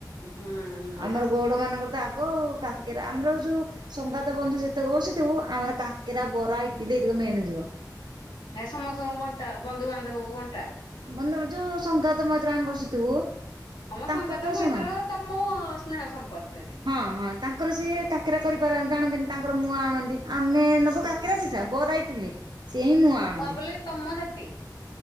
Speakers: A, on the left; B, on the right.
A: ହୁଁ ଭଲ।
B: ଆମର ଗଉଡ ମାନଙ୍କର ତ ଆଗ ଆ କାକେରା ଆମର ଯୋଉ ସଙ୍ଗାତ ବନ୍ଧୁ ଯେତେକ ବସିଥିବୁ ଆମର କାକେରା ବରା ଇଟିଲି ଏତିକ ମେନ ଯିବ
A: ହେ ସମସ୍ତଙ୍କୁ ବଣ୍ଟା ବନ୍ଧୁବାନ୍ଧବ କୁ ବଣ୍ଟା
B: ବନ୍ଧୁ ଯୋଉ ସଙ୍ଗାତ ମୈତ୍ର ଆମେ ବସିଥିବୁ।
A: ହଁମ
B: ତାଙ୍କର
A: ସାଙ୍ଗତ
B: ତ
A: ମୈତ୍ର
B: ଶୁଣ
A: ତମ ସ୍ନେହ ସମ୍ପର୍କ ଯେ
B: ହଁ ହଁ ତାଙ୍କର ସିଏ କାକିରା କରିପାରନ୍ତି ଜାଣନ୍ତିନି ତାଙ୍କର ମୁଆଁ ଆଣନ୍ତି। ଆମେ ନବୁ
A: ହୁଁ।
B: କାକରା ପିଠା ବରା ଇିଟିଲି ସିଏ ହିଁ ମୁଆଁ ଆଣନ୍ତି।
A: ବୋଲେ ତମ ଜାତି